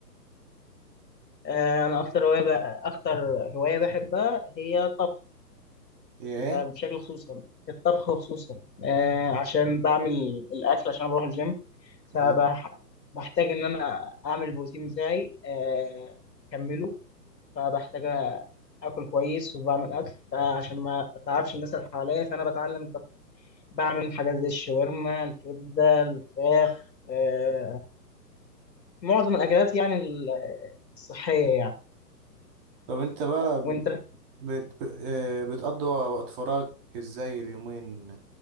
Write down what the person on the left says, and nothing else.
آه أنا أكتر هواية بقى... أكتر هواية بحبها هي الطبخ
ده
بشكل خصوصا في الطبخ خصوصا آه عشان بعمل الاكل عشان بروح الجيم فبحتاج
ان انا اعمل البروتين بتاعي آه اكمله فبحتاج اكل كويس وبعمل اكل فعشان ما اتعبش الناس اللي حواليا فانا بتعلم الطبخ بعمل حاجات زي الشاورما الكبده الفراخ آه معظم الاكلات يعني الصحيه يعني
وانت